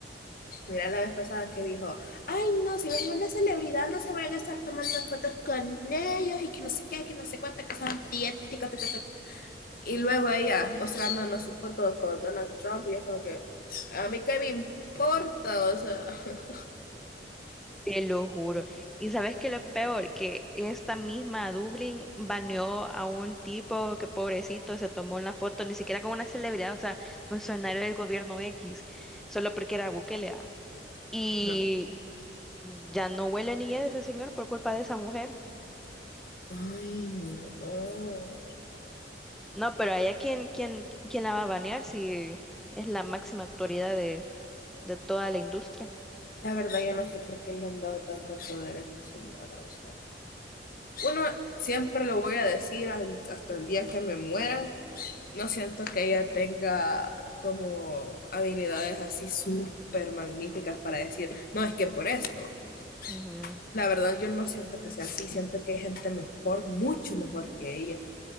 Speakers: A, on the left; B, in the centre.
A: Mira la vez pasada que dijo, ay no, si ven una celebridad no se van a estar tomando fotos con ellos y que no sé qué, que no sé cuánta cosa antiética. ta, Y luego ella mostrándonos sus fotos con Donald Trump y es como que, a mí qué me importa, o sea. <gasps>
B: Te lo juro. Y sabes que lo peor, que esta misma Dublín baneó a un tipo que pobrecito se tomó una foto, ni siquiera con una celebridad, o sea, funcionario del gobierno X, solo porque era Bukele. ¿va? Y
A: Ajá.
B: ya no huele ni de ese señor por culpa de esa mujer.
A: Ay, no. Oh.
B: No, pero a ella quién, quién, quién la va a banear si es la máxima autoridad de, de toda la industria.
A: La verdad, yo no sé por qué le han dado tanto poder a esta señora, o sea. Bueno, siempre lo voy a decir hasta el día que me muera No siento que ella tenga como habilidades así súper magníficas para decir, no, es que por esto.
B: Ujú.
A: La verdad, yo no siento que sea así, siento que hay gente mejor, mucho mejor que ella,